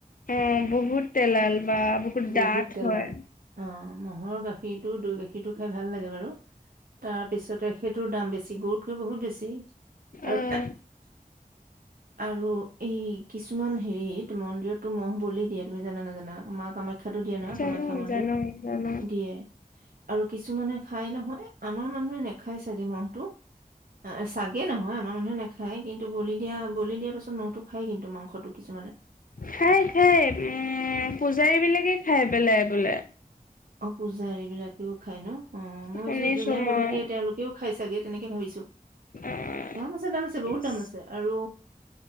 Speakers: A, on the left; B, on the right.
A: অ', বহুত তেলাল বা
B: বহুত
A: ডাঠ
B: তেলাল
A: হয়।
B: অ' ম'হৰ গাখীৰ গাখীৰটো দৈ গাখীৰটো খাই ভাল লাগে বাৰু, তাৰ পিছতে সেইটোৰ দাম বেছি। গৰুতকৈ বহুত বেছি আৰু
A: অ',
B: আৰু এই কিছুমান হেৰিত মন্দিৰটো ম'হ বলি দিয়ে তুমি জানা নাজানা মা কামাখ্যা টো দিয়ে নহয়
A: জানো
B: কামাখ্যা মন্দিৰত,
A: জানো জানো
B: দিয়ে, আৰু কিছুমানে খাই নহয় আমাৰ মানুহে নেখাই চাগে মহটো। অ চাগে নহয় আমাৰ মানুহে নাখায় কিন্তু বলি দিয়া বলি দিয়া পিছত মহটো খায়। কিন্তু মাংসটো কিছুমানে
A: খায় খায়, উম পূজাৰী বিলাকে খাই পেলাই বোলে।
B: অ' পূজাৰী বিলাকেও খাই ন অ' মই
A: শুনিছো
B: ভাবিছো যোনে
A: মই
B: বলি দিয়ে তেওঁলোকেও খাই চাগে তেনেকে ভাবিছো।
A: অ',
B: দাম আছে দাম আছে বহুত
A: ইচ
B: দাম আছে আৰু